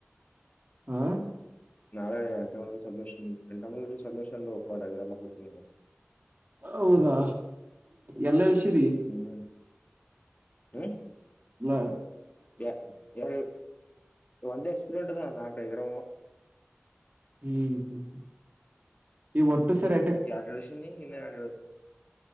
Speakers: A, on the right; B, on the left.
A: ಆಾ
B: ನಾಳೆ ಎಂಟಂದ ಸ್ಮಿಷನ್ ಎಂಟಮಂದ ಸ್ಮಿಷನ್ ಓಪೊಂಡ್ ಆಗಿರ ಮಕ್ಕಳ ತಿ
A: ಹೌದಾ ಎಲ್ಲಳ್ಸರಿ
B: ಹ್ಮೂ ಹಾ
A: ನ
B: ಯ ಯಾರ ಒಂದ ಎಕ್ಸ್ಪೀರಿಂಟ್ ನಾಕಗ್ರ
A: ಹ್ಮ್ ಹ್ಮ್ ಹ್ಮ ಈ ಒಟ್ಟು ಸರಿ
B: ಈ ಆಠಳಸ ನೀ ನ ಆಠಳ